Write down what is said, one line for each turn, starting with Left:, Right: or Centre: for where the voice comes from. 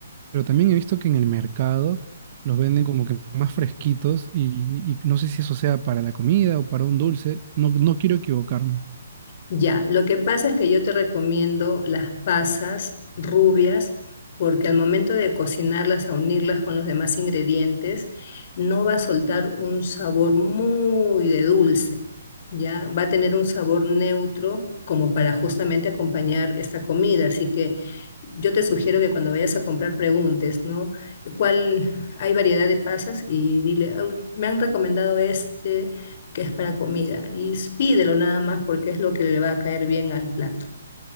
Right: pero también he visto que en el mercado los venden como que más fresquitos y, y no sé si eso sea para la comida o para un dulce, no, no quiero equivocarme.
Left: Ya, lo que pasa es que yo te recomiendo las pasas rubias porque al momento de cocinarlas, a unirlas con los demás ingredientes, no va a soltar un sabor muy de dulce, ya va a tener un sabor neutro como para justamente acompañar esta comida. Así que yo te sugiero que cuando vayas a comprar preguntes, ¿no? ¿Cuál hay variedad de pasas? Y dile, "Ah, me han recomendado este que es para comida, y pídelo nada más porque es lo que le va a caer bien al plato.